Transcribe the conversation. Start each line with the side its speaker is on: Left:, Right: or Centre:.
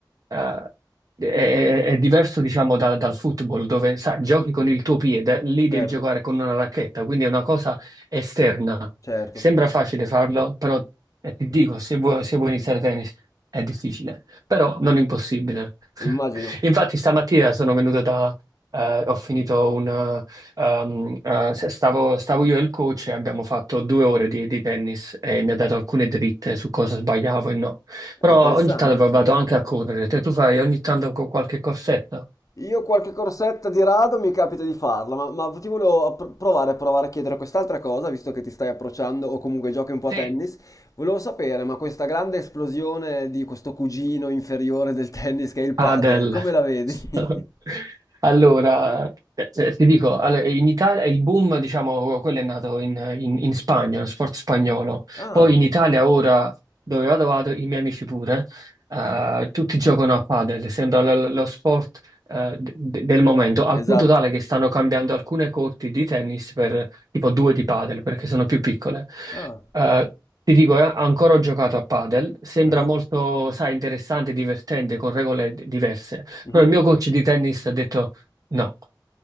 Right: eh, è, è- è diverso, diciamo, da- dal football, dove sai, giochi con il tuo piede, lì
Left: certo,
Right: devi giocare con una racchetta, quindi è una cosa esterna.
Left: certo,
Right: Sembra facile farlo, però e ti dico, se vuoi, se vuoi iniziare a tennis è difficile, però non impossibile. <laughs>
Left: immagino.
Right: Infatti stamattina sono venuto da... eh, ho finito un... eh, um, eh, se- stavo, stavo io e il coach e abbiamo fatto due ore di, di tennis e mi ha dato alcune dritte su cosa sbagliavo e no.
Left: È
Right: Però
Left: interessante.
Right: ogni tanto vado anche a correre. Te tu fai ogni tanto co- qualche corsetto?
Left: Io qualche corsetta di rado mi capita di farla, ma, ma ti volevo appro- provare a provare a chiedere quest'altra cosa, visto che ti stai approcciando o comunque giochi un po' a
Right: Sì,
Left: tennis. Volevo sapere, ma questa grande esplosione di questo cugino inferiore del tennis che è il padel,
Right: Adele.
Left: come la vedi?
Right: <laughs>
Left: <laughs>
Right: Allora, eh, eh, ti dico, allora, in Italia il boom, diciamo, quello è nato in, in- in Spagna, lo sport spagnolo.
Left: Ah,
Right: Poi in Italia ora, dove vado, vado, i miei amici pure, eh, tutti giocano a padel, sembra lo, lo sport, eh, de- de- del momento, al
Left: esatto.
Right: punto tale che stanno cambiando alcune corti di tennis per tipo due di padel, perché sono più piccole.
Left: Ah,
Right: Eh, ti dico, eh, ancora ho giocato a padel, sembra
Left: ah,
Right: molto, sai, interessante, divertente, con regole d- diverse,
Left: mhm.
Right: però il mio coach di tennis ha detto no.